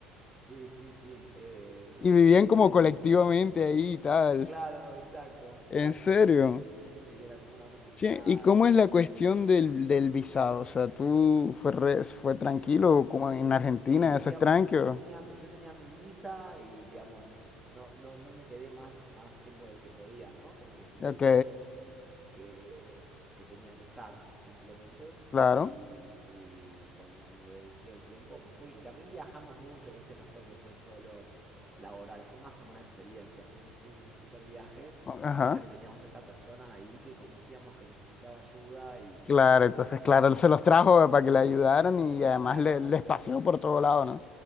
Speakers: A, in the centre; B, on the left (about 35°).
A: Sí, sí, sí, eh, muy,
B: Y vivían
A: muy...
B: como colectivamente ahí y tal.
A: Claro, exacto, exacto.
B: ¿En serio?
A: eh, sí, era como una comunidad.
B: Che, ¿y cómo es la cuestión del, del visado? O sea, ¿tú fue, re- fue tranquilo como en Argentina?
A: Sí,
B: ¿Eso
A: digamos,
B: es tranquilo?
A: yo, yo tenía, yo tenía mi visa y, digamos, no, no, no, no me quedé más, más tiempo del que podía, ¿no? Como que estuve
B: Ok,
A: el tiempo... que, que tenía que estar simplemente.
B: claro.
A: Y, y cuando se me venció el tiempo me fui. Y también viajamos mucho, ¿viste? No fue que fue solo laboral, fue más como una experiencia, fue un, su- un super viaje.
B: Ajá.
A: Pasa que teníamos esta persona ahí que conocíamos que necesitaba ayuda y
B: Claro, entonces,
A: nada,
B: claro, él
A: no.
B: se los trajo eh, para que le ayudaran y
A: Exacto,
B: además le- les
A: pero
B: paseó
A: fue...
B: por todo lado, ¿no?